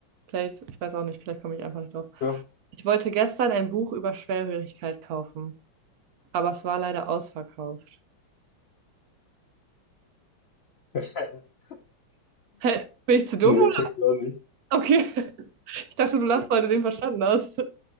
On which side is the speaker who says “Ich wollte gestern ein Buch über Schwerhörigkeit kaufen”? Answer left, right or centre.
Right